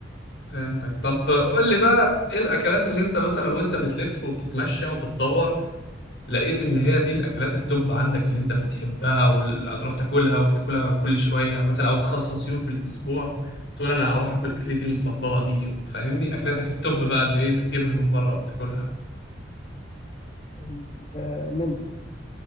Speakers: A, on the left; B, on the left.
A: فهمتك طب قول لي بقى ايه الاكلات اللي انت مثلا وانت بتلف وبتتمشى وبتدور لقيت ان هي دي الاكلات التوب عندك اللي انت بتحبها وهتروح تاكلها وتاكلها كل شويه مثلا او تخصص يوم في الاسبوع تقول انا هروح اكل اكلتي المفضله دي فاهمني اكلتك التوب بقى اللي ايه بتجيبها من بره وبتاكلها
B: ال- آه، مندي